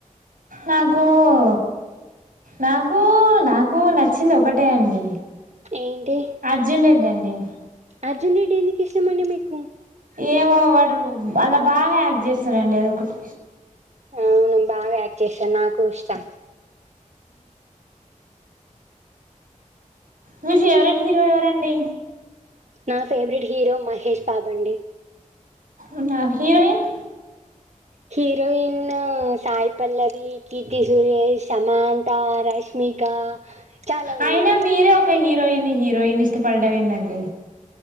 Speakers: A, on the right (about 80°); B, on the right (about 55°).
A: నాకు ఊ నాకు నాకు నచ్చింది ఒకటే అండి
B: ఏంటి
A: అర్జున్ రెడ్డి అండ్ యే
B: అర్జున్ రెడ్డి ఎందుకు ఇష్టమండి మీకు
A: ఏమో వాడు వాలా బాగా యాక్ట్ చేస్తారండి ఏదో ఒకటి
B: అవును బాగా యాక్ట్ చేశాన్ నాకు ఇష్టం
A: మీ ఫేవరెట్ హీరో ఎవరండి
B: నా ఫేవరెట్ హీరో మహేష్ బాబు అండి
A: ఉన్న హీరోయిన్
B: హీరోయిను సాయి పల్లవి కీర్తి సురేష్ సమాంత రష్మిక చాలా
A: అయినా
B: ఉన్నారు
A: మీరే ఒక హీర్ హీరోయిని హీరోయిని ఇష్ట పడడమ్ ఎందండి